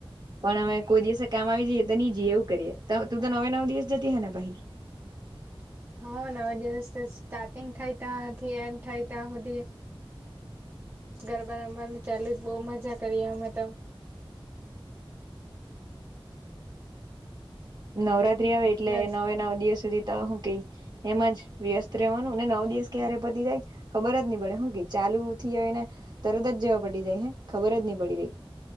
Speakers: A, on the right (about 50°); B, on the right (about 25°).
A: પણ અમે કોઈ દિવસે કામ આવી જઈએ તો નહી જઈએ એવું કરીએ તું તો નવે નવ દિવસ જતી હે ને ભાઈ
B: <inaudible> હા નવા દિવસ સ્ટાર્ટિંગ થઈ ત્યા એન્ડ થાય ત્યાં સુધી ગરબા રમવાની ચા જ બહુ મજા કરીએ અમે તો
A: નવરાત્રી આવે એટલે
B: નજ
A: નવે નવ દિવસ સુધી હું કઈ એમ જ વ્યસ્ત રહેવાનું ને નવ દિવસ ક્યારે પતી જાય ખબર જ નહી પડે હું ક ચ ચાલુ થીને તરત જ જેવા પડી જાય હ ખબર જ નહી પડી રહી